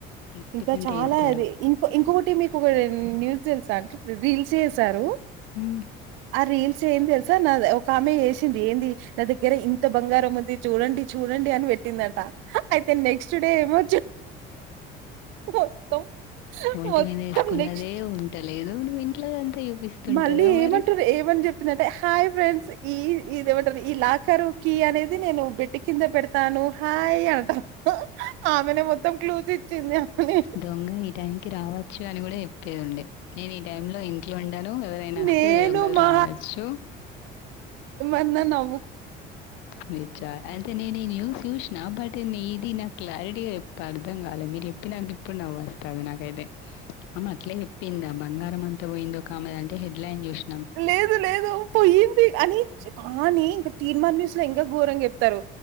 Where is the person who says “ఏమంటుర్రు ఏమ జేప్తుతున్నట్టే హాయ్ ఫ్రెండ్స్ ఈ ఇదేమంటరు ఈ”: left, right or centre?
Right